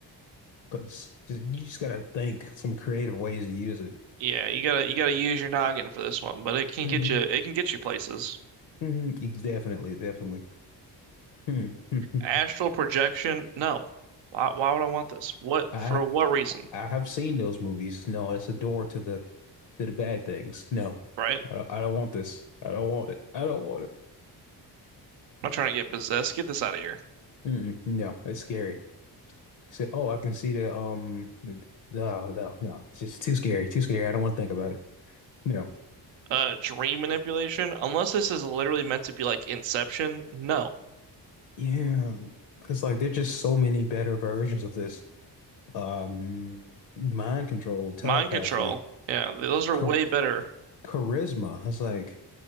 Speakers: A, on the left; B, on the right.
A: because just, you just gotta think some creative ways to use it.
B: Yeah, you gotta you gotta use your noggin for this one, but it can
A: hmm
B: get you it can get you places.
A: hmm Definitely, definitely. Hmm. <laughs>
B: Astral projection? No. Why why would I want this? What
A: I
B: for what reason?
A: I have seen those movies. No, it's a door to the to the bad things. No,
B: Right? I'm
A: I don't, I don't want this. I don't want it. I don't want it.
B: not trying to get possessed. Get this out of here.
A: Mm-mm, no, it's scary. Say, oh, I can see the um the no no no. It's just too scary. Too scary. I don't want to think about it. No.
B: Uh, dream manipulation? Unless this is literally meant to be like Inception, no.
A: Yeah, it's like there's just so many better versions of this. Um, mind control, telepathy,
B: Mind control? Yeah, those are way
A: char
B: better
A: charisma. It's like